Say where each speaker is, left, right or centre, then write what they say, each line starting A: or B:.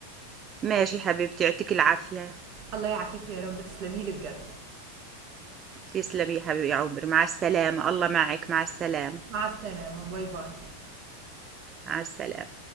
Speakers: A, on the right; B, on the right.
A: ماشي حبيبتي يعطيك العافية
B: الله يعافيكِ يا رب، تسلمي لي بجد.
A: تسلمي يا حبيبي يا عمري مع السلامة الله معك مع السلامة
B: مع السلامة، باي، باي.
A: مع السلامة